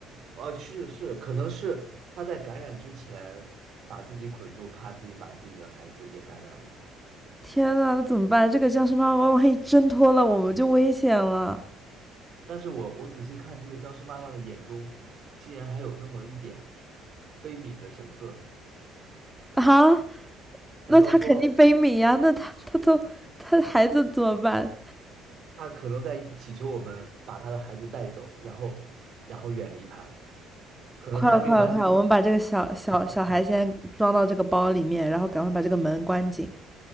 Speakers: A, on the right; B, in the centre.
A: 啊，是是，可能是他在感染之前把自己捆住，怕自己把自己的孩子也感染了。
B: 天呐，那怎么办？这个僵尸妈妈万一挣脱了，我们就危险了
A: 但是我我仔细看这个僵尸妈妈的眼中，竟然还有那么一点悲悯的神色。
B: 啊！那她肯定悲悯呀，
A: 难道说？
B: 那她她都她孩子怎么办？
A: 他可能在祈求我们把他的孩子带走，然后然后远离他，可能他还没有完全明
B: 快了，快了，快了我们把这个小小小孩先装到这个包里面，
A: 白。
B: 然后赶快把这个门关紧。